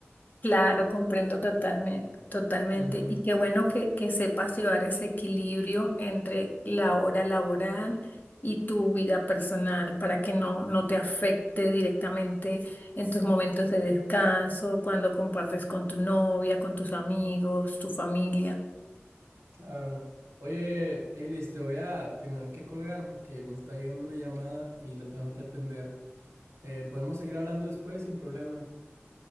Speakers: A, on the left; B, on the right.
A: Claro, comprendo totalmente, totalmente.
B: Ujú,
A: Y qué bueno que, que sepas llevar ese equilibrio entre la hora laboral y tu vida personal para que no, no te afecte directamente en tus momentos de descanso, cuando compartes con tu novia, con tus amigos, tu familia.
B: claro. Oye, Eilis, te voy a tener que colgar porque me está llegando una llamada y la tengo que atender. Eh, podemos seguir hablando después sin problema.